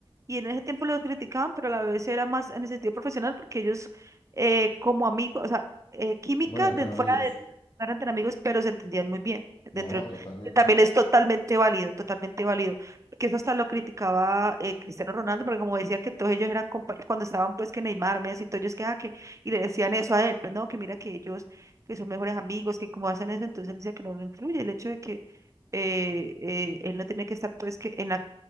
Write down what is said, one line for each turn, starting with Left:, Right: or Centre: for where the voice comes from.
Right: y en ese tiempo los criticaban, pero la BBC era más en el sentido profesional porque ellos eh, como amigos, o sea, eh, química
Left: No eran
Right: de,
Left: tan
Right: fuera
Left: amigos.
Right: de, no eran tan amigos, pero se entendían muy bien.
Left: No,
Right: Dentro del-
Left: totalmente.
Right: que también es totalmente válido, totalmente válido. Porque eso hasta lo criticaba eh, Cristiano Ronaldo, porque como decían que todos ellos eran compañeros, cuando estaban pues que Neymar, Messi, todos ellos que, ah, que, y le decían eso a él, pues no, que mira que ellos, que son mejores amigos, que como hacen eso, entonces él decía que no le influye el hecho de que eh, eh, él no tenía que estar pues que en la